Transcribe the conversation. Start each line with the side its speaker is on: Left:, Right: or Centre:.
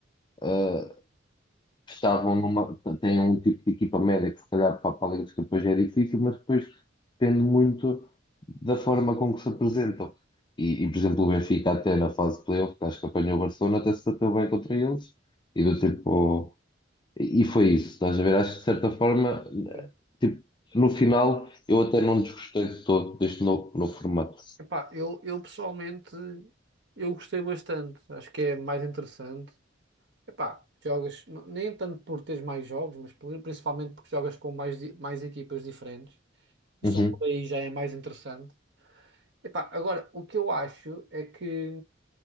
Left: ah, estavam numa, têm um tipo de equipa média que se calhar para, para a Liga dos Campeões é difícil, mas depois depende muito da forma com que se apresentam. E, e, por exemplo, o Benfica até na fase de playoff, que acho que apanhou o Barcelona, até se bateu bem contra eles, e do tipo, e e foi isso, estás a ver? Acho que de certa forma,
Right: Sim.
Left: tipo, no final, eu até não desgostei de todo deste novo, novo formato.
Right: Epá, eu, eu pessoalmente eu gostei bastante. Acho que é mais interessante. Epá, jogas n- nem tanto por teres mais jogos, mas por- principalmente porque jogas com mais, di- mais equipas diferentes. E
Left: Uhum,
Right: só por aí já é mais interessante. Epá, agora, o que eu acho é que